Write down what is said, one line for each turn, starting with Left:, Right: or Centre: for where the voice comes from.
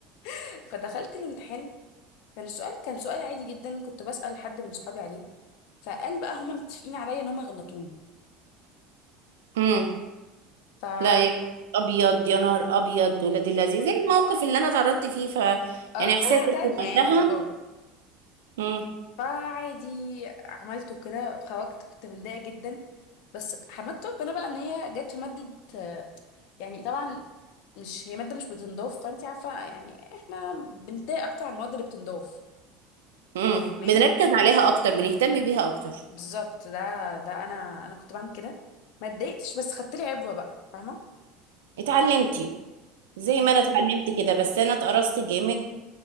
Left: <laughs> فدخلت الامتحان كان السؤال كان سؤال عادي جدا كنت بسأل حد من صحابي عليه فقال بقى هما متفقين عليا ان هما يغلطوني
Right: امم
Left: ف <laughs> اه
Right: لا يا ابيض يا نهار ابيض ولاد اللذيذ زي الموقف اللي انا اتعرضت فيه ف
Left: آه،
Right: يعني احساسك
Left: طريقة تانية
Right: وقتها
Left: يعني اه
Right: امم
Left: فعادي عملته كده خرجت كنت متضايقة جدا بس حمدت ربنا بقى ان هي جت في مادة آه، يعني طبعا مش هي مادة مش بتنضاف فانت عارفة يعني احنا بنتضايق اكتر على المواد اللي بتنضاف
Right: امم
Left: فاهماني
Right: بنركز عليها اكتر بنهتم بيها اكتر
Left: بالظبط ده ده انا انا كنت بعمل كده ما اتضايقتش بس خدت لي عبرة بقى فاهمة
Right: اتعلمتي زي ما انا اتعلمت كده بس انا اتقرصت جامد